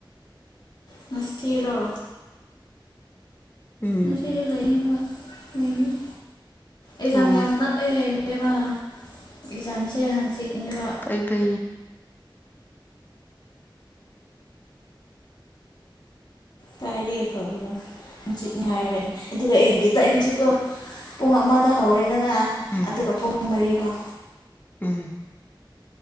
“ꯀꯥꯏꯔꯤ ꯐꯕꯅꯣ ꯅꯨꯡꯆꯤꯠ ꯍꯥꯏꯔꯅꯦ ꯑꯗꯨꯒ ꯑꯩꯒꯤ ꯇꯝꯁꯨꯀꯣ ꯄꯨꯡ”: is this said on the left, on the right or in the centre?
Left